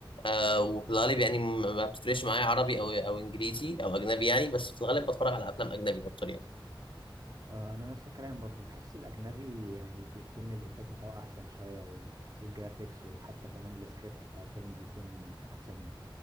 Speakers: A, on the left; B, on the right.
A: آه، وفي الغالب يعني م- ما بتفرقش معايا عربي او او انجليزي او اجنبي يعني بس في الغالب بتفرج على افلام اجنبي اكتر يعني
B: اه انا نفس الكلام برضو بحس الاجنبي يعني بيكون الانتاج بتاعه احسن شويه و... والجرافيكس وحتى كمان السكريبت بتاع الفيلم بيكون احسن يعني